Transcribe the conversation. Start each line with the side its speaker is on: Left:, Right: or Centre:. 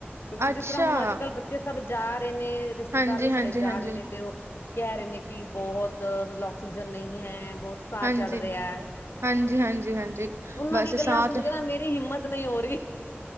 Left: ਕਿਉਂਕਿ
Right: ਅੱਛਾ,
Left: ਜਿਸ ਤਰ੍ਹਾਂ ਹੁਣ ਅੱਜ ਕੱਲ੍ਹ ਬੱਚੇ ਸਭ ਜਾ ਰਹੇ ਨੇ, ਰਿਸ਼ਤੇਦਾਰ
Right: ਹਾਂਜੀ,
Left: ਵੀ ਸਾਡੇ
Right: ਹਾਂਜੀ,
Left: ਜਾ
Right: ਹਾਂਜੀ,
Left: ਰਹੇ ਨੇ ਤੇ ਉਹ ਕਹਿ ਰਹੇ ਨੇ, ਕਿ ਬਹੁਤ ਮਤਲਬ ਆਕਸੀਜਨ ਨਹੀਂ ਹੈ। ਬਹੁਤ ਸਾਹ
Right: ਹਾਂਜੀ,
Left: ਚੜ ਰਿਹਾ ਹੈ
Right: ਹਾਂਜੀ, ਹਾਂਜੀ, ਹਾਂਜੀ,
Left: ਉਹਨਾਂ
Right: ਬਸ
Left: ਦੀ ਗੱਲਾਂ
Right: ਸਾਥ
Left: ਸੁਣ ਕੇ ਨਾ ਮੇਰੀ ਹਿੰਮਤ ਨਹੀਂ ਹੋ ਰਹੀ,